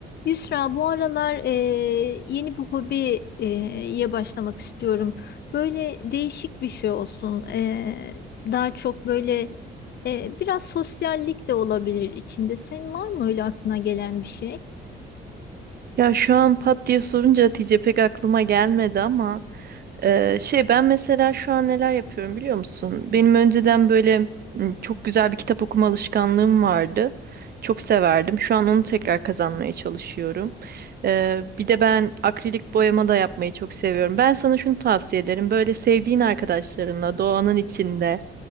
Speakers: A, on the left; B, on the right.
A: Yusra, bu aralar eee, yeni bir hobiye e, ye başlamak istiyorum. Böyle değişik bir şey olsun. Eee, daha çok böyle eee, biraz sosyallik de olabilir içinde. Senin var mı öyle aklına gelen bir şey?
B: Ya şu an pat diye sorunca Hatice pek aklıma gelmedi ama e, şey ben mesela şu an neler yapıyorum biliyor musun? Benim önceden böyle m, çok güzel bir kitap okuma alışkanlığım vardı. Çok severdim. Şu an onu tekrar kazanmaya çalışıyorum. E, bir de ben akrilik boyama da yapmayı çok seviyorum. Ben sana şunu tavsiye ederim. Böyle sevdiğin arkadaşlarınla doğanın içinde